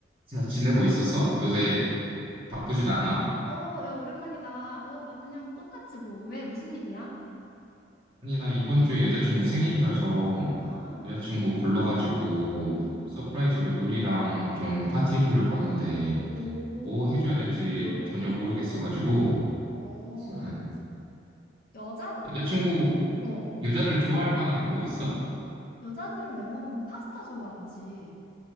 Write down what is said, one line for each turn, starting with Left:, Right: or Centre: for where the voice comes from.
Right: 잘 지내고 있었어? 요새 바쁘진 않아?
Left: 어, 야, 오랜만이다. 어, 막 그냥 똑같지 뭐. 왜 무슨 일이야?
Right: 아니, 나 이번 주에 여자친구 생일이라서
Left: 아,
Right: 여자친구 불러가지고
Left: 음.
Right: 서프라이즈로 요리랑 좀 파티 해주려고 하는데
Left: 오,
Right: 뭐 해줘야 될지
Left: 로맨티스트네.
Right: 전혀 모르겠어가지고
Left: 어,
Right: <laughs>
Left: 여자들은
Right: 여자친구,
Left: 어,
Right: 여자들 좋아할 만한 거 뭐 있어?
Left: 여자들은 웬만하면 파스타 좋아하지.